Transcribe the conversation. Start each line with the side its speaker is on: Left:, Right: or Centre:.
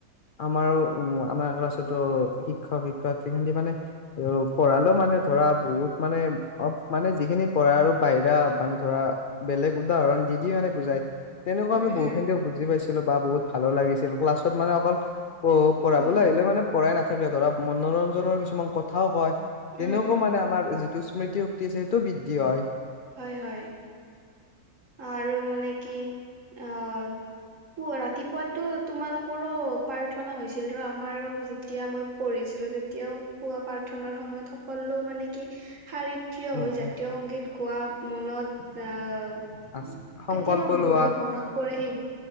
Left: আমাৰো উ আমাৰ ক্লাছতো শিক্ষক-শিক্ষয়িত্ৰী মানে এ পঢ়ালেও মানে ধৰা বহুত মানে অ মানে যিখিনি পঢ়া আৰু বাহিৰা মানুহ ধৰা বেলেগ উদাহৰণ দি দি মানে বুজাই। তেনেকুৱা
Right: উম
Left: আমি বহুখিনিতেও
Right: উম
Left: বুজি পাইছিলোঁ বা বহুত ভালো লাগিছিল ক্লাছত মানে অকল অ পঢ়াবলৈ
Right: উম
Left: আহিলে মানে পঢ়াই নাথাকে ধৰা মনোৰঞ্জনৰ কিছুমান কথাও কয়।
Right: উম
Left: তেনেকুৱা
Right: উম
Left: মানে আমাৰ যিটো স্মৃতি শক্তি আছে সেইটো বৃদ্ধি হয়।
Right: হয় হয়, আৰু মানে কি আহ ৰাতিপুৱাতো তোমালোকৰো প্ৰাৰ্থনা হৈছিল ৰ আমাৰো যেতিয়া মই পঢ়িছো ছিলো তেতিয়াও পুৱা প্ৰাৰ্থনাৰ সময়ত সকলো মানে কি শাৰী থিয়
Left: উম
Right: হৈ জাতীয়
Left: উম
Right: সংগীত গোৱা মনত আহ
Left: আ সংকল্প
Right: কেতিয়াবা
Left: লোৱা
Right: বহুত মনত পৰে সেই